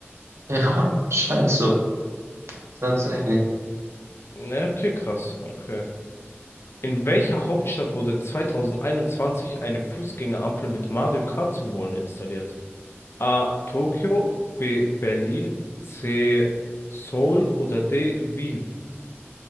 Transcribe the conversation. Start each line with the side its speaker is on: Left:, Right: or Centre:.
Right: Ja, scheint so. Tatsächlich.
Left: Ja, okay, krass, okay. In welcher Hauptstadt wurde 2021 eine Fußgängerampel mit Mario Kart-Symbolen installiert? A. Tokio, B. Berlin, C. Seoul oder D. Wien?